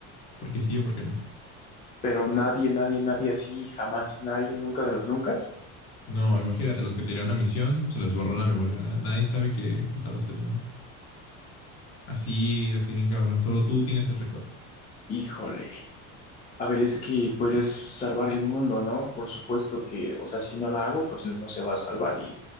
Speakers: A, on the left; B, on the left.
A: Porque sí o por qué no.
B: Pero nadie, nadie, nadie así, jamás, nadie, nunca de los nunca.
A: No, imagínate, los que te dieron la misión se les borró la memoria. ¿no? Nadie sabe que, que salvaste el mundo. Así, así bien cabrón. Solo tú tienes el recuerdo.
B: Híjole. A ver, es que pues es salvar el mundo, ¿no? Por supuesto que, o sea, si no la hago, pues no se va a salvar y